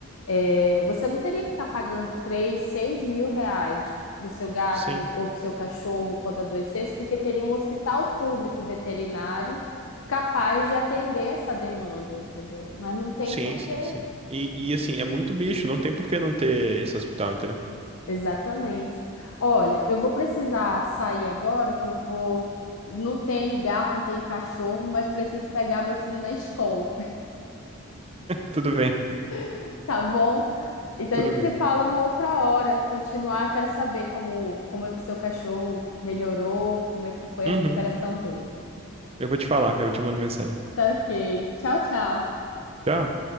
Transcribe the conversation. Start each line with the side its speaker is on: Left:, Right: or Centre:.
Left: é, você não teria que estar pagando 3 6 mil reais para o seu gato
Right: Sim.
Left: ou para o seu cachorro quando adoecesse, porque teria um hospital público veterinário capaz de atender essa demanda, entendeu? Mas não tem
Right: Sim,
Left: porque.
Right: sim, sim. E, e assim, é muito bicho, não tem por que não ter esse hospital, entendeu?
Left: Exatamente. Olha, eu vou precisar sair agora, que eu vou. Não tenho gato, não tenho cachorro, mas preciso pegar meu filho na escola,
Right: Tudo bem,
Left: <laughs> tá bom? Então
Right: tudo
Left: a gente
Right: bem.
Left: se fala uma outra hora. Continuar, quero saber como, como é que seu cachorro melhorou, como é que foi
Right: Uhum,
Left: a recuperação dele.
Right: eu vou te falar, eu te mando mensagem.
Left: Tá ok. Tchau, tchau.
Right: Tchau.